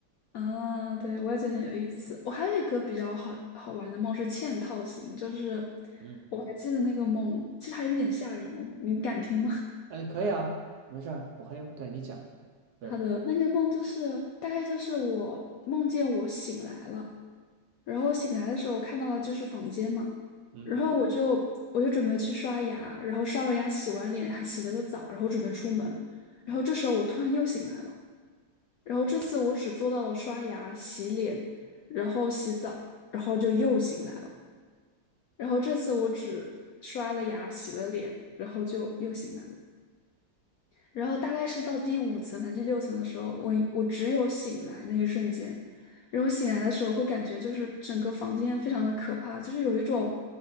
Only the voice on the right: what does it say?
嗯，
哎，可以啊，没事儿，我很有，对你讲，
对，
嗯，